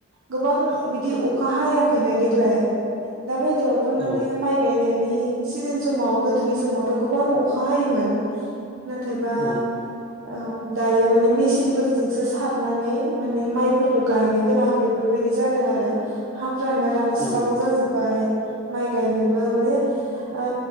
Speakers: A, on the right (about 80°); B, on the left (about 25°).
A: गोबां बिदि अखा हायाखैनो देग्लाय दा बायदियावथ' माने
B: औ
A: माइ गायनायनि सिजोन समाव गोदोनि समावथ' गोबां अखा हायोमोन नाथायबा
B: औ औ
A: औ दायो माने मेसिन फोरजोंसो सारनानै माने माइफोर खौ गायनो गोनां बेफोरबायदि जादों आरो हाफ्रानो रानस्राव
B: नंगौ
A: जाजोबबाय माइ गायनोबो माने ओ